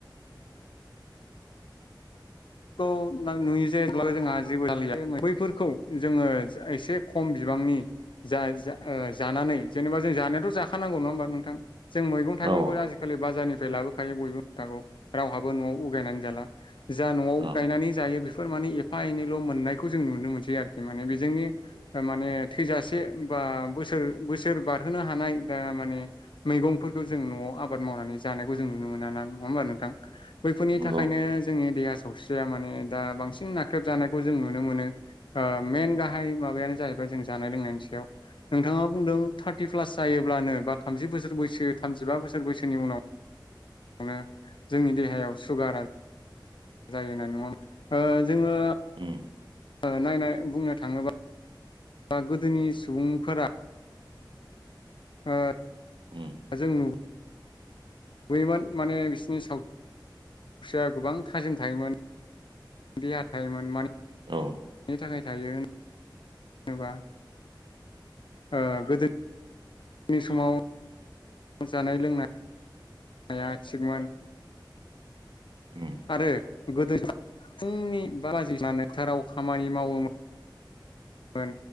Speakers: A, on the left; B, on the right.
A: खौ‌ ना नुयो जे-जेब्लाबो जोंहा जेबोला बैफोरखौ जोङो एसे खम बिबां बांनि जा जानानै जेनेबा जों जानायाथ जाखानांगौ नङा होमबा नोंथां? जों मैगं थाइगंखौ
B: औ
A: आजिखालि बाजारनिफ्राय लाबोखायो। बयबो <unintelligible> गौ रावहाबो न'आव उगायनानै जाला। जा न'आव
B: उम
A: गायनानै जायो बेफोर माने एफा एनैल' मोननायखौ जों नुनो मोनसै आरोखि माने बेजोंनि माने थैजासे बा बोसोर बोसोर बारहोनो हानाय दा माने मैगंफोरखौ जों न'आव आबाद मावनानै जानायखौ जों नुनो मोना ना नङा होमा नोंथां बैफोरनि
B: नंगौ
A: थाखायनो जोंनि देहा सावस्रिया माने दा बांसिन नाख्रेबजानायखौ जों नुनो मोनो ओ मेन गाहाय माबायानो जाहैबाय जों जानाय लोंनायनि सायाव नोंथाङा बुंदों थार्टि प्लास जायोब्लानो बा थामजि बोसोर बैसो थामजिबा बोसोर बैसोनि उनाव नो जोंनि देहायाव सुगारा जायो होनाय नङामोन जोङो
B: उम
A: ओ नायनाय बुंनो थाङोबा बा गोदोनि सुबुंफोरा ओ
B: उम
A: जों नु योमोन माने बिसोरनि साव स्रिया गोबां थाजिम थायोमोन देहा थायोमोन माने
B: औ
A: थाखाय थायो जेनबा ओ गोदो नि समाव जानाय लोंनाय नाया थिगमोन
B: उम
A: आरो गोदो फुंनि बा बाजि थाराव खामानि मावोमोन मोन